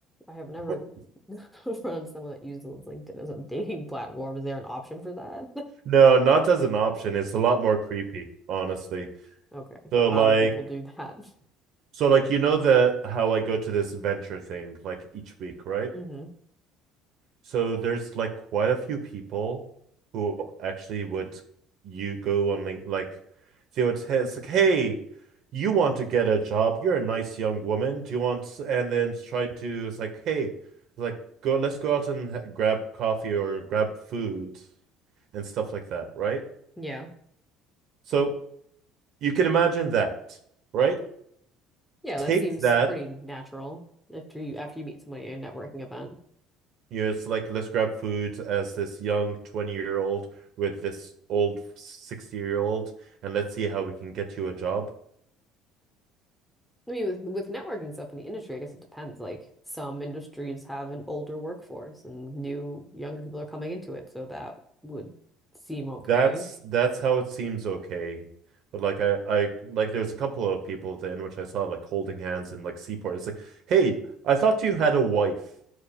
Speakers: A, in the centre; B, on the right.
A: I have
B: <laughs>
A: never <laughs> found someone that uses LinkedIn as a dating platform. Is there an option for that? <laughs>
B: No, not as an option. It's a lot more creepy, honestly.
A: Okay.
B: So
A: How
B: like
A: do people do that?
B: so like you know the how I go to this venture thing like each week, right?
A: <laughs> hmm
B: So there's like quite a few people who actually would you go on Link like they would say it's like, hey, you want to get a job? You're a nice young woman. Do you want? s-" And then try to it's like, hey, like go, let's go out and ha- grab coffee or grab food and stuff like that, right?
A: Yeah.
B: So you can imagine that, right?
A: Yeah,
B: Take
A: that seems
B: that
A: pretty natural after you after you meet somebody at a networking event.
B: you know, it's like let's grab food as this young 20 year old with this old 60 year old and let's see how we can get you a job.
A: I mean, with with networking stuff in the industry, I guess it depends. Like some industries have an older workforce and new younger people are coming into it, so that would seem okay.
B: That's that's how it seems okay. But like I, I like there's a couple of people at the end which I saw like holding hands in like Seaport. It's like, hey, I thought you had a wife.